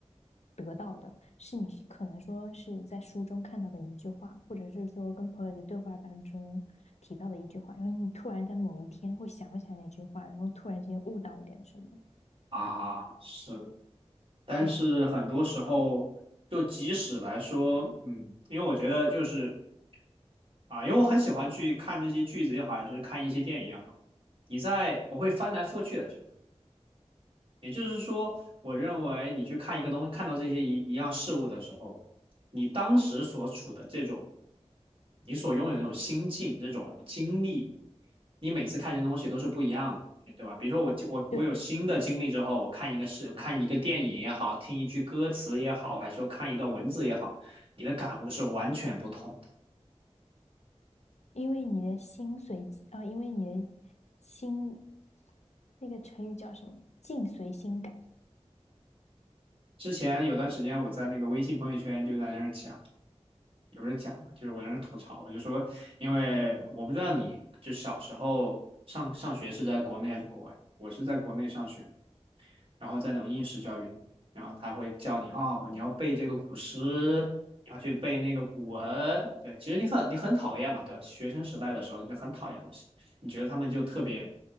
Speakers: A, on the left (about 75°); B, on the right (about 50°).
A: 得到的，是你可能说是在书中看到的一句话，或者是说跟朋友的对话当中提到的一句话，然后你突然在某一天会想起来那句话，然后突然间悟到一点什么，
B: 啊是，但是很多时候就即使来说，
A: 对吧？
B: 嗯，因为我觉得就是啊、因为我很喜欢去看这些句子也好，还是看一些电影也好，你在我会翻来覆去的去。也就是说，我认为你去看一个东西，看到这些一一样事物的时候，你当时所处的这种，你所拥有的这种心境、这种经历，你每次看这些东西都是不一样的，对吧？比如说我我我有新的经历之后，
A: 对，
B: 我看一个是看一个电影也好，听一句歌词也好，还是说看一段文字也好，你的感悟是完全不同的。
A: 因为你的心随，啊，因为你的心，那个成语叫什么？境随心改，
B: 之前有段时间我在那个微信朋友圈就在那儿讲。也不是讲嘛，就是我在那吐槽，我就说，因为我不知道你就小时候上上学是在国内还是国外，我是在国内上学的，然后在那种应试教育里，然后他会叫你啊，我、你要背这个古诗，要要去背那个古文，对，其实你很你很讨厌嘛，对吧？学生时代的时候你就很讨厌东西，你觉得他们就特别